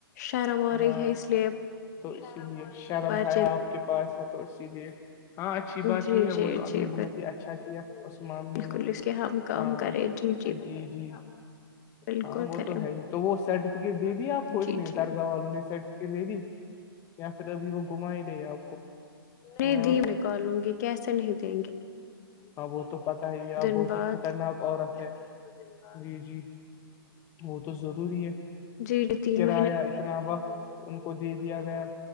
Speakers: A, on the left; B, on the left.
A: شرم ہو رہی
B: ہاں
A: ہے اس لیے
B: تو اسی لیے شرم
A: پرچے
B: ہیا آپ کے پاس ہے تو اسی لیے ہاں اچھی بات
A: جی
B: ہی ہے
A: جی
B: وہ تو اپ
A: جی
B: نے بہت ہی ا اچھا کیا اس معاملے
A: بالکل
B: میں
A: اس کے ہم کام
B: ہاں
A: کریں جی
B: جی جی
A: بالکل
B: ہاں وہ
A: کریں
B: تو ہے ہی تو وہ سرٹیفکیٹ دے دے آپ کچھ
A: جی
B: نہیں
A: جی
B: دارگاہ والوں نے سیٹ کے دے دی یا پھر ابھی وہ گھما ہی رہے آپ کو
A: نہیںیدھی
B: ہاں
A: نکالوں گی کیسے نہیں دیں گے
B: ہاں وہ تو پتہ ہی
A: دن
B: آپ بہت
A: بعد
B: ہی خطرناک عورت ہے جی جی وہ تو ضروری ہے
A: جی ڈی تین م
B: یا اتنا وقت ان کو دے دیا گیا